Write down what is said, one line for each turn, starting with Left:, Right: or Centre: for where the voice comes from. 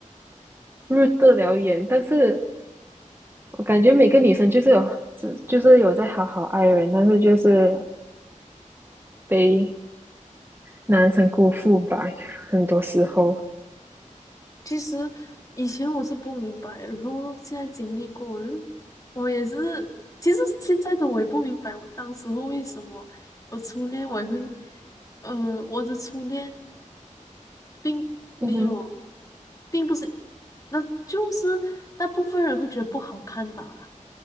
Right: 入得了眼，但是我感觉每个女生就是有是就是有在好好爱人，但是就是被男生辜负吧，很多时候，
Left: 其实以前我是不明白，然后现在经历过，我就我也是，其实现在的我也不明白，我当时候为什么我初恋我也会，呃，我的初恋并没有，
Right: 嗯哼，
Left: 并不是，那就是大部分人会觉得不好看吧，